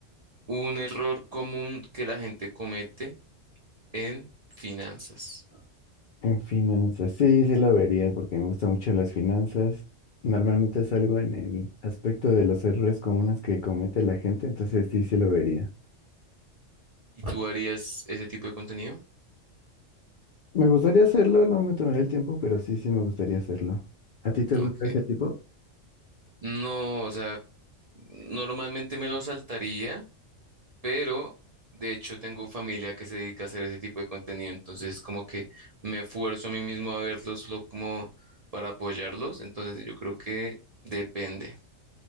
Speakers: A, on the right; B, on the left.
A: un error común que la gente comete en finanzas.
B: En finanzas, sí, sí la vería porque me gustan mucho las finanzas. Normalmente salgo en el aspecto de los errores comunes que comete la gente, entonces sí, sí lo vería.
A: ¿Y tú harías ese tipo de contenido?
B: Me gustaría hacerlo, no me tomaré el tiempo, pero sí, sí me gustaría hacerlo. ¿A ti te gusta
A: Ok.
B: ese tipo?
A: No, o sea, normalmente me lo saltaría pero de hecho tengo familia que se dedica a hacer ese tipo de contenido, entonces como que me esfuerzo a mí mismo a verlos solo como para apoyarlos, entonces yo creo que depende,